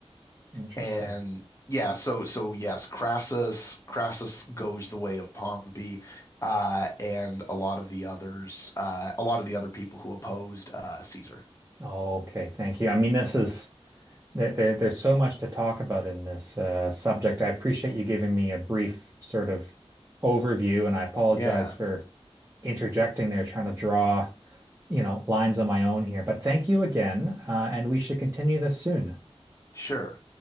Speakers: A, on the right; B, on the left.
A: interesting.
B: and yeah, so so yes, Crassus Crassus goes the way of Pompey, uh, and a lot of the others, uh, a lot of the other people who opposed uh, Caesar.
A: Okay, thank you. I mean, this is there, there there's so much to talk about in this uh, subject. I appreciate you giving me a brief sort of overview, and I apologize
B: Yeah,
A: for interjecting there, trying to draw, you know, lines on my own here. But thank you again, uh, and we should continue this soon.
B: sure.